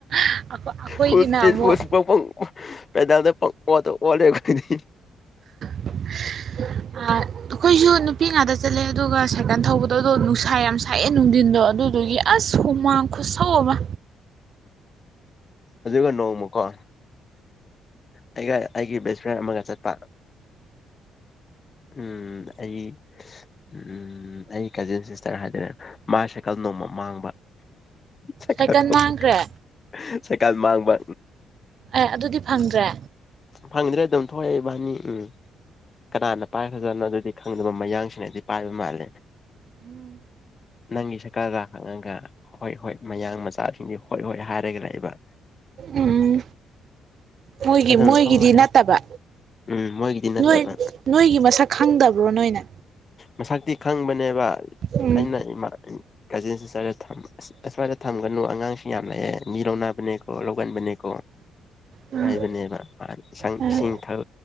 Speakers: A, on the right; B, on the left.
A: ꯑꯩꯈꯣꯏꯒꯤꯅ
B: ꯐꯨꯜ
A: ꯑꯃꯨꯛ
B: ꯁꯄꯤꯗ ꯐꯨꯜ <unintelligible> ꯄꯦꯗꯜꯗ ꯄꯪꯑꯣꯠꯇ ꯑꯣꯠꯂꯦ ꯑꯩꯈꯣꯢꯗꯤ
A: ꯑ ꯑꯩꯈꯣꯏꯖꯨ ꯅꯨꯄꯤ ꯉꯥꯛꯇ ꯆꯠꯂ ꯂꯦ ꯑꯗꯨꯒ ꯁꯥꯏꯀꯟ ꯊꯧꯕꯗꯣ ꯑꯗꯣ ꯅꯨꯡꯁꯥ ꯌꯥꯝ ꯁꯥꯏꯌꯦ ꯅꯨꯡꯊꯤꯟꯗꯣ ꯑꯗꯨꯗꯨꯒꯤ ꯑꯁ ꯍꯨꯃꯥꯡ ꯈꯨꯁꯧ ꯑꯃ
B: ꯑꯗꯨꯒ ꯅꯣꯡꯃꯀꯣ ꯑꯩꯒ ꯑꯩꯒꯤ ꯕꯦꯁ ꯐ꯭ꯔꯦꯟ ꯑꯃꯒ ꯆꯠꯄ ꯎꯝ ꯑꯩ ꯎꯝ ꯑꯩ ꯀꯖꯤꯟ ꯁꯤꯁꯇꯔ ꯍꯥꯏꯗꯣꯏꯅꯦ ꯃꯥ ꯁꯥꯏꯀꯜ ꯅꯣꯡꯃ ꯃꯥꯡꯕ ꯁꯥꯢꯀꯜ
A: ꯁꯥꯏꯀꯜ
B: ꯊꯧꯕ
A: ꯃꯥꯡꯈ꯭ꯔꯦ
B: ꯀꯥꯟ ꯁꯥꯢꯀꯜ ꯃꯥꯡꯕ
A: ꯑꯦ ꯑꯗꯨꯗꯤ ꯐꯪꯗ꯭ꯔꯦ
B: ꯐꯪꯗ꯭ꯔꯦ ꯑꯗꯨꯝ ꯊꯣꯛꯑꯛꯦ ꯢꯕꯥꯅꯤ ꯎꯝ ꯀꯅꯥꯅ ꯄꯥꯏꯈꯔ ꯖꯥꯠꯅꯣ ꯑꯗꯨꯗꯤ ꯈꯪꯗꯕ ꯃꯌꯥꯡꯁꯤꯅꯗꯤ ꯄꯥꯏꯕ ꯃꯥꯜꯂꯦ
A: ꯎꯝ
B: ꯅꯪꯒꯤ ꯁꯥꯢꯀꯜꯂꯥ ꯍꯪꯉꯒ ꯍꯣꯏ ꯍꯣꯏ ꯃꯌꯥꯡ ꯃꯆꯥꯁꯤꯡꯗꯤ ꯍꯣꯏ ꯍꯣꯏ ꯍꯥꯏꯔꯒ ꯂꯩꯕ
A: ꯎꯝ ꯃꯣꯏꯒꯤ
B: ꯑꯗꯨꯝ
A: ꯃꯣꯏꯒꯤꯗꯤ
B: ꯊꯣꯛꯂꯛꯑꯦ
A: ꯅꯠꯇꯕ
B: ꯎꯝ ꯃꯣꯏꯒꯤꯗꯤ ꯅꯠꯇꯕ
A: ꯅꯣꯏ ꯅꯣꯏꯒꯤ ꯃꯁꯛ ꯈꯪꯗꯕ꯭ꯔꯣ ꯅꯣꯏꯅ
B: ꯃꯁꯛꯇꯤ ꯈꯪꯕꯅꯦꯕ
A: ꯎꯝ
B: ꯑꯩꯅ ꯏꯃꯥ ꯀꯖꯤꯟ ꯁꯤꯁꯇꯔꯗ ꯊꯝ ꯑꯁ ꯑꯁ꯭ꯋꯥꯗ ꯊꯝꯒꯅꯨ ꯑꯉꯥꯡꯁꯤ ꯌꯥꯝ ꯂꯩꯌꯦ ꯃꯤ ꯂꯧꯅꯕꯅꯦꯀꯣ ꯂꯧꯒꯟꯕꯅꯦꯀꯣ
A: ꯎꯝ
B: ꯍꯥꯏꯕꯅꯦꯕ ꯏꯁꯪ
A: ꯑꯣ
B: ꯏꯁꯤꯡ ꯊꯛ